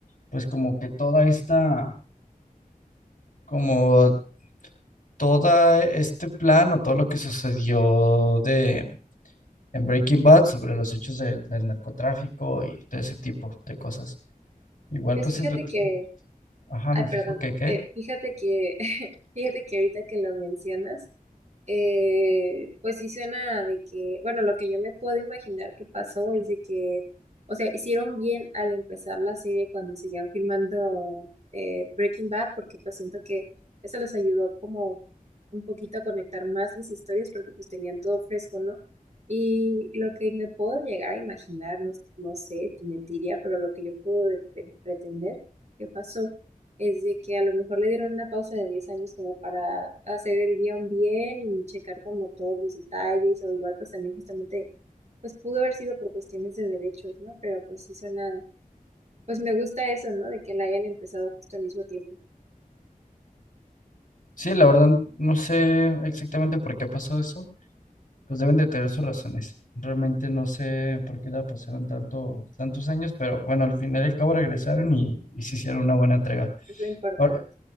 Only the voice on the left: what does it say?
pues como que toda esta como todo este plan o todo lo que sucedió de, en Breaking Bad sobre los hechos del del narcotráfico y todo ese tipo de cosas. Igual
pues
siento,
ajá,
me
fijo que qué.
Sí, la verdad no sé exactamente por qué pasó eso. Pues deben de tener sus razones. Realmente no sé por qué la pasaron tanto, tantos años, pero bueno, al final y al cabo regresaron y, y se hicieron una buena entrega.
Ahora,